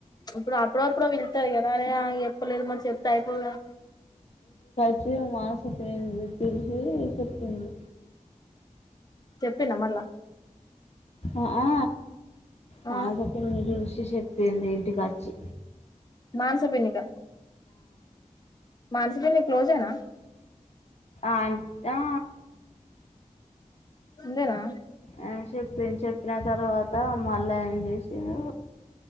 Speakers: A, on the left (about 30°); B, on the left (about 50°).
A: ఇప్ప్ అప్పుడప్పుడు పిలుత్తది కదనే నాకు చెప్పలేదు చెప్తే అయిపోగా
B: ఇగ మానస పేరు పిలిచి చెప్పింది.
A: చెప్పిందా మల్ల
B: అ ఆ
A: ఆ
B: మానాస వచ్చింది చూసీ చూసి చెప్పింది ఇంటికొచ్చి
A: మానస పిన్నిక మానస పిన్ని క్లోజ్ ఏనా
B: ఆంటీ ఆ
A: ఇందేనా
B: ఆ చెప్పింది చెప్పిన తర్వాత మళ్ళా ఏం చేసింరూ